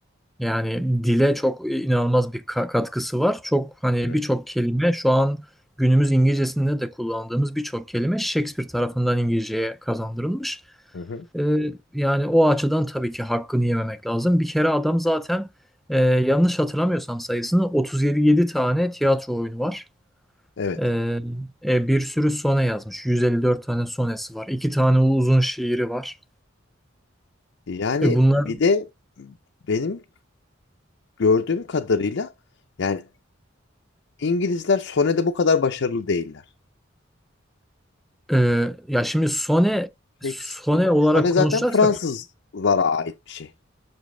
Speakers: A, in the centre; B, on the left.
A: Yani dile çok inanılmaz bir ka- katkısı var. Çok hani
B: Evet.
A: birçok kelime şu an günümüz İngilizcesinde de kullandığımız birçok kelime Shakespeare tarafından İngilizceye kazandırılmış.
B: Hı hı.
A: Ee, yani o açıdan tabii ki hakkını yememek lazım. Bir kere adam zaten e, yanlış hatırlamıyorsam sayısını 37 tane tiyatro oyunu var.
B: Evet.
A: Ee, e, bir sürü sone yazmış. 154 tane sonesi var. İki tane uzun şiiri var.
B: Yani
A: E bunlar
B: bir de benim gördüğüm kadarıyla yani İngilizler Sone'de bu kadar başarılı değiller.
A: e, ya şimdi sone
B: Shakespeare-
A: sone olarak
B: Sone zaten
A: konuşacaksak
B: Fransızlara ait bir şey